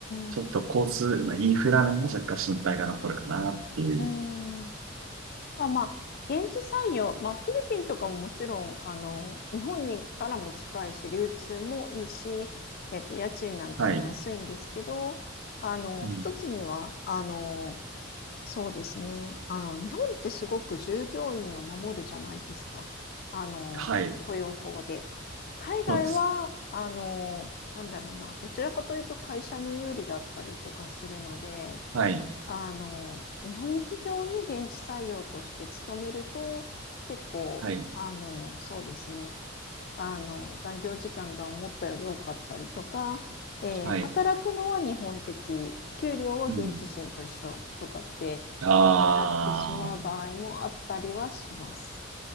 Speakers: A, on the right; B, on the left.
A: ちょっと交通、
B: ん。う
A: まあ、インフラ面も若干心配が残るかなっていう。
B: ーんあとはまあ、現地採用、まあ、フィリピンとかももちろん、あの、日本にからも近いし、流通もいいし、えっと、家賃なんかも安いんですけど、
A: はい。
B: あの、
A: うん。
B: 一つには、あの、そうですね、あの、日本ってすごく従業員を守るじゃないですか。あの、
A: はい。
B: 雇用法で。海外は、
A: そうです。
B: あの、なんだろうな、どちらかというと会社に有利だったりとかするので、
A: はい。
B: あの、日本企業に現地採用として勤めると、結構、
A: はい。
B: あの、そうですね、あの、残業時間が思ったより多かったりとか、えー働くのは日本的、
A: はい。
B: 給料は現地人と一緒とかって
A: うん。ああ、
B: なってしまう場合もあったりはします。